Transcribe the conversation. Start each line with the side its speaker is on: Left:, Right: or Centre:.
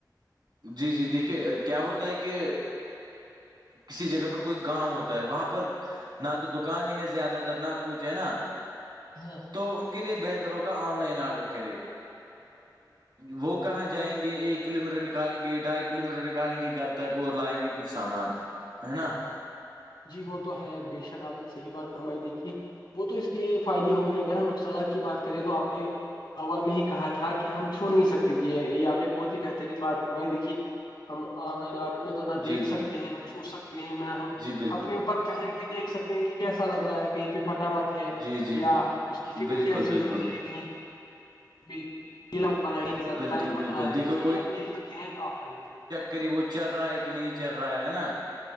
Right: جی جی دیکھیے کیا ہوتا ہے کہ کسی جگہ پر کوئی گاؤں ہوتا ہے وہاں پر نہ تو دوکان ہے زیادہ تر نہ کچھ ہے نا
Left: ہاں
Right: تو ان کے لیے بہتر ہوگا آن لائن آرڈر کرے وہ کہاں جائیں گے ایک کلو میٹر نکل نکالیں گے ڈھائی کلو میٹر نکالیں گے گھر تک اور لائیں گے کچھ سامان ہے نا
Left: جی وہ تو ہے بےشک آپ نے صحیح بات فرمائی دیکھی وہ تو اس کے فائدی ہو گئی اگر ہم نقصانات کی بات کریں تو آپ نے اول میں ہی کہا تھا کہ ہم چھو نہیں سکتے یہ آپ نے بہت ہی بہترین بات کروائی دیکھی ہم آن لائن آڈر میں تو نہ دیکھ
Right: جی جی
Left: سکتے ہیں نہ چھو سکتے ہیں نہ ہم
Right: جی بالکل
Left: اپنے پہن کےیکھ سکتے ہیں کہ کیسا لگ رہا ہے کہیں پہ پھٹا مت ہے
Right: جی جی
Left: یا اس کی فٹنگ
Right: بالکل
Left: کیسی
Right: بالکل
Left: ہو رہی ہے کہیں جی دل کر رہا ہے زیادہ
Right: بالکل
Left: ٹائم مت
Right: بالکل
Left: رہا ہے
Right: دیکھو
Left: تو یہ ہم دیکھ سکتے ہیں آف لائن میں
Right: قریب وہ چل رہا ہے کہ نہیں چل رہا ہے نا